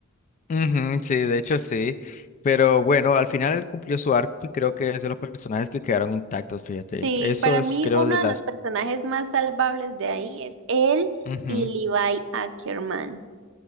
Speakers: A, on the left; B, on the right.
A: Ujú, sí, de hecho sí. Pero bueno, al final él cumplió su arco y creo que es de los personajes que quedaron intactos, fíjate.
B: Sí,
A: Eso
B: para
A: es,
B: mí
A: creo,
B: uno
A: de las...
B: de los personajes más salvables de ahí es él
A: Ujú.
B: y Levi Ackerman.